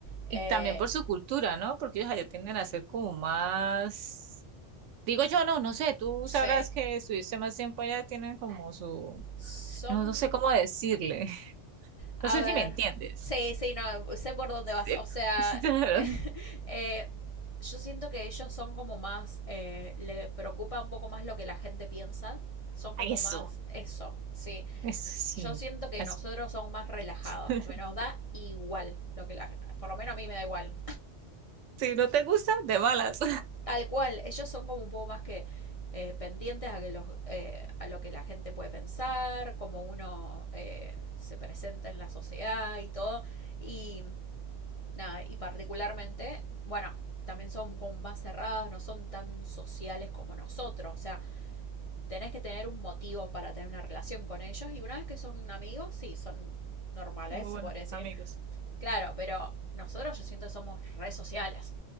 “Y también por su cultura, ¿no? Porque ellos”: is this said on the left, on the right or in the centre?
Right